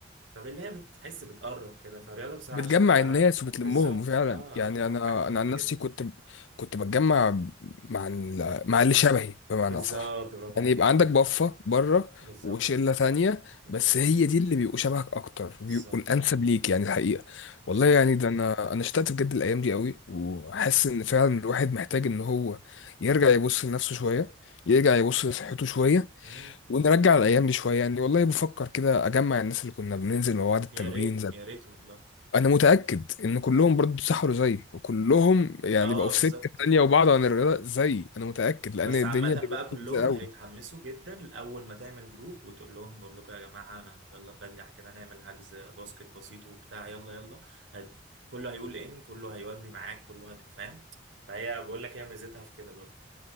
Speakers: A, on the right; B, on the left.
A: فبالله بتحس بتقرب كده فالرياضة بصراحة
B: بتجمع
A: شايفها
B: الناس وبتلمهم
A: بالظبط
B: فعلا
A: اه
B: يعني انا
A: اه حاجة مهمة
B: انا عن
A: جدا
B: نفسي كنت كنت بتجمع مع ال- مع اللي شبهي بمعنى
A: بالظبط
B: اصح
A: برافو
B: يعني
A: عليك
B: يبقى عندك بفه بره
A: بالظبط
B: وشله ثانيه
A: بالظبط
B: بس هي دي اللي بيبقوا شبهك اكتر
A: بالظبط
B: وبيبقوا الانسب ليك يعني الحقيقه
A: بالظبط
B: والله يعني ده انا انا اشتقت بجد الايام دي قوي وحاسس ان فعلا الواحد محتاج ان هو يرجع يبص لنفسه شويه يرجع يبص لصحته شويه
A: مم.
B: ونرجع الايام دي شويه يعني والله بفكر كده اجمع الناس اللي كنا بننزل مع بعض التمرين
A: يا ريت يا ريت والله
B: انا متاكد ان كلهم برضه سحروا زي وكلهم يعني
A: اه
B: بقوا في
A: بالظبط
B: سكه تانية وبعض
A: بالظبط
B: عن الرياضه زي اي. انا متاكد لان
A: بس
B: الدنيا
A: عامة
B: دلوقتي
A: بقى كلهم
B: زي قوي
A: هيتحمسوا جدا أول ما تعمل جروب وتقول لهم بقول لكم يا جماعة أنا يلا نرجع كده نعمل حجز باسكت بسيط وبتاع يلا يلا هت... كله هيقول إن كله هيودي معاك كله هت... فاهم فهي بقول لك هي ميزتها في كده برضه